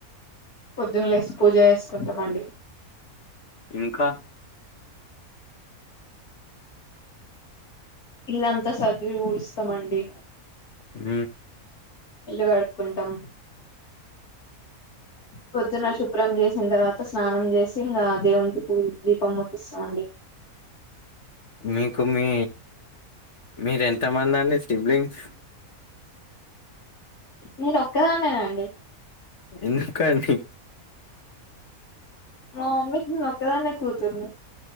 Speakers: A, on the left; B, on the left.
A: పొద్దున్న లేసి పూజ చేసుకుంటామండి
B: ఇంకా
A: ఇల్లాంతా సార్ది వూడిస్తామండి
B: ఊ
A: ఇల్లు కడుగుటాం పొద్దున శుభ్రం చేసిన తర్వాత స్నానం చేసి ఇంకా దేవునికి పూజ దీపం ముట్టిస్తామండి
B: మీకు మీ మీర ఎంత మంది అండి సిబ్లింగ్స్
A: నేను ఒక్కదాన్నేనా అండి
B: ఎందుకాడి
A: మా మమ్మీకి నేను ఒక దాన్నే కూతుర్ని